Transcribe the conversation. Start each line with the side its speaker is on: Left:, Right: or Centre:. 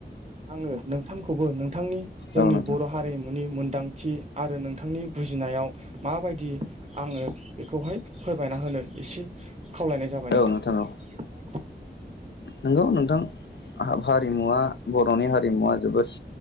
Right: आङो नोंथांखौबो थांनि जोंनि
Left: औ नोंथां
Right: बर' हारिमुनि मोन दांथि आरो नोंथांनि बुजिनायाव माबायदि आङो बेखौहाय फोरमायना होनो एसे खावलायनाय जाबाय
Left: औ
Right: नोंथां ।
Left: औ नंगौ नोंथां । हारिमुवा बर'नि हारिमुवा जोबोद